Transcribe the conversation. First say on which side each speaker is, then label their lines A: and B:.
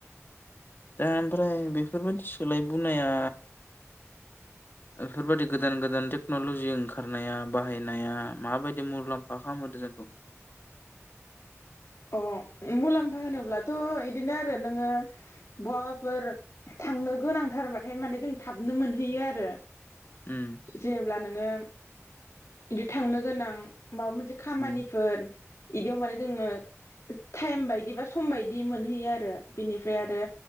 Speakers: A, on the left; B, on the left.
A: दा ओमफ्राय बेफोरबायदि सोलायबोनाया इफोरबायादि गोदान-गोदान टेक्नलजि ओंखारनाया बाहायनाया माबायदि मुलाम्फा खालामहोदों जोंखौ <inaudible>
B: अ मुलाम्फा होनोब्लाथ' इदिनो आरो नोङो बहाबाफोर थां नो गोनांथारबाथाय माने जों थाबनो मोनहैयो आरो।
A: उम
B: जेनेब्ला नोङो इदि थांनो गोनां माबा मोनसे खामानिफोर
A: उम
B: इदियाव माने जोंङो टाइम बायदि बा सम बायदि मोनहैयो आरो बिनिफ्राय आरो